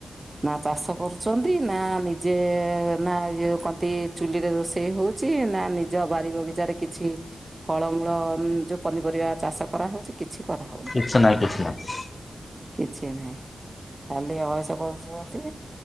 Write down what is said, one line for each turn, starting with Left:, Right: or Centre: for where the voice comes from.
Right: ନା ଚାଷ କରୁଛନ୍ତି ନା ନିଜେ ନା ଇ କନ୍ତି ଚୁଲିରେ ରୋଷେଇ ହଉଛି ନା ନିଜ ବାରି ବଗିଚାରେରେ କିଛି ଫଳମୂଳ ଯୋଉ ପନିପରିବା ଚାଷ କରାହେଉଛି। କିଛି କରାହେଉନି।
Left: କିଛି ନାହିଁ କିଛି ନାହିଁ
Right: କିଛି ନାହିଁ ଖାଲି ଅଏସ କରୁଛନ୍ତି